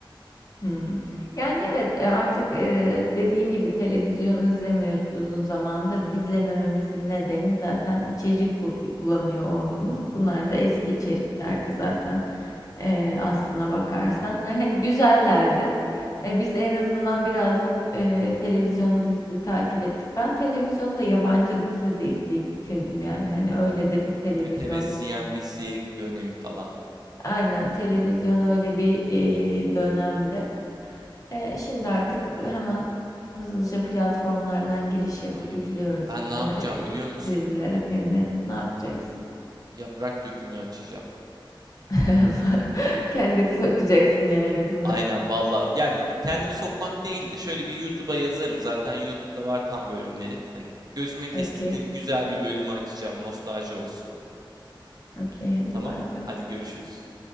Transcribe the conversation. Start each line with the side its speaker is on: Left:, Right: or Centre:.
Left: Hmm. Yani evet e, artık e, dediğin gibi televizyon izlemiyoruz uzun zamandır. İzlemememizin nedeni zaten içerik bu- bulamıyor olmamız. Bunlar da eski içeriklerdi zaten e, aslına bakarsan. Ve hani güzellerdi. E, biz en azından birazcık e, televizyon dizisi takip ettik. Ben televizyonda yabancı dizi de izleyip bitirdim yani. Hani öyle de bir televizyon.
Right: Evet evet CNBC dönemi falan.
Left: Aynen televizyon öyle bir e, dönemde. Ee, şimdi artık hemen hızlıca platformlardan giriş yapıp
Right: Ay
Left: izliyoruz
Right: ben ne yapacağım
Left: ee,
Right: biliyor musun?
Left: dizilere, filmleri. Ne yapacaksın?
Right: Yaprak dökümü açacağım.
Left: <laughs> Kendini sokacaksın yani buna.
Right: Aynen valla. Yani kendimi sokmak değildi. Şöyle bir YouTube'a yazarım. Zaten YouTube'da var tam bölümleri. Hani gözüme kestirdiğim
Left: Okey,
Right: güzel bir bölümü açacağım. Nostalji olsun.
Left: okey. Hadi
Right: Tamam.
Left: bay bay.
Right: Hadi görüşürüz.